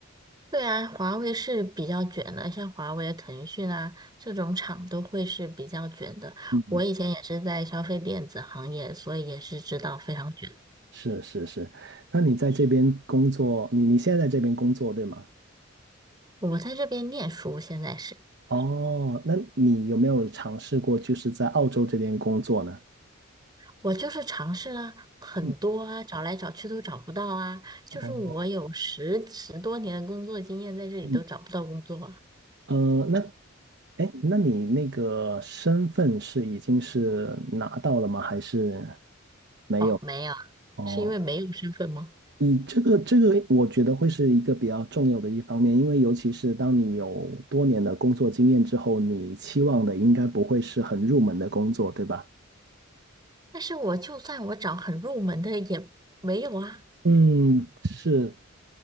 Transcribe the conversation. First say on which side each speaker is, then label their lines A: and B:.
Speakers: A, on the right; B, on the right.
A: 对啊，华为是比较卷的，像华为、腾讯啊这种厂都会是比较卷的。
B: 嗯，
A: 我以前也是在消费电子行业，所以也是知道非常卷。
B: 是是是，那你在这边工作，你你现在在这边工作，对吗？
A: 我在这边念书，现在是
B: 哦，那你有没有尝试过就是在澳洲这边工作呢？
A: 我就是尝试了很多啊，
B: 嗯
A: 找来找去都找不到啊。就是我有十十多年的工作经验，
B: 哦，
A: 在这里都找不到工作啊。
B: 嗯，呃，那，哎，那你那个身份是已经是拿到了吗？还是没有？
A: 哦，没有啊，
B: 哦，
A: 是因为没有身份吗？
B: 你这个这个，我觉得会是一个比较重要的一方面，因为尤其是当你有多年的工作经验之后，你期望的应该不会是很入门的工作，对吧？
A: 但是我就算我找很入门的也没有啊。
B: 嗯，是，